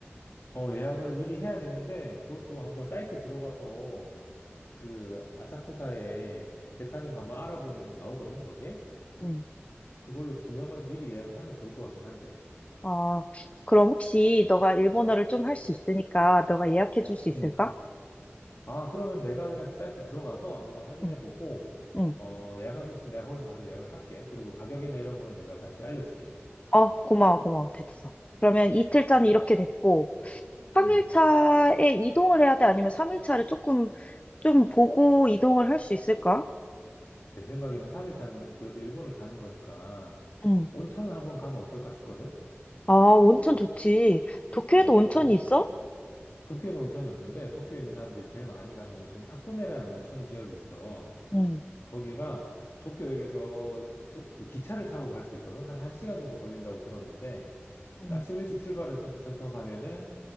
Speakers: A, on the left; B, on the left.
A: 어, 예약을 미리 해야 되는데 그것도 한번 사이트 들어가서 그 아사쿠사에 배 타는 거 한번 알아보면 나오거든, 거기에.
B: 응.
A: 그걸로 두 명을 미리 예약을 하면 좋을 것 같긴 한데.
B: 아, 그럼 혹시 너가 일본어를 좀 할 수
A: 음.
B: 있으니까 너가 예약해 줄 수 있을까?
A: 음. 아, 그러면 내가 그냥 사이트 들어가서 한번 확인해
B: 응,
A: 보고
B: 응.
A: 어, 예약할 수 있으면 내가 거기서 바로 예약을 할게. 그리고 가격이나 이런 거는 내가 다시 알려줄게.
B: 어, 고마워, 고마워. 됐어. 그러면 이틀짜는
A: 음. 음.
B: 이렇게 됐고, 3일차에
A: 음.
B: 이동을 해야 돼? 아니면 3일차를 조금, 좀 보고 이동을 할 수 있을까?
A: 내 생각에는 3일차는 그래도 일본을 가는 거니까
B: 응,
A: 온천을 한번 가면 어떨까 싶거든.
B: 아, 온천 좋지. 도쿄에도
A: 어,
B: 온천이 있어?
A: 도쿄에는 온천이 없는데 도쿄에 있는 사람들이 제일 많이 가는 온천이 하코네라는 온천 지역이 있어.
B: 응,
A: 거기가 도쿄역에서 저- 그 기차를 타고 갈 수 있거든. 한 1시간 정도 걸린다고 들었는데
B: 응,
A: 아침 일찍 출발해서 기차를 타고 가면은